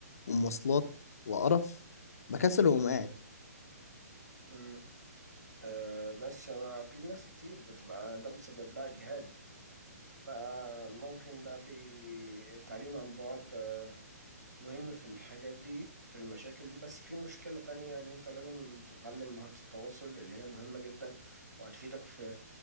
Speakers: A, on the left; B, on the right.
A: ومواصلات وقرف بكسل واقوم قاعد
B: <laughs> أه بس ما في ناس كتير بتبقى ده بيسبب لها إجهاد فممكن ده بي... التعليم عن بعد آه، مهم في الحاجات دي في المشاكل دي بس في مشكلة تانية إن أنت لازم تتعلم مهارة التواصل اللي هي مهمة جدا وهتفيدك في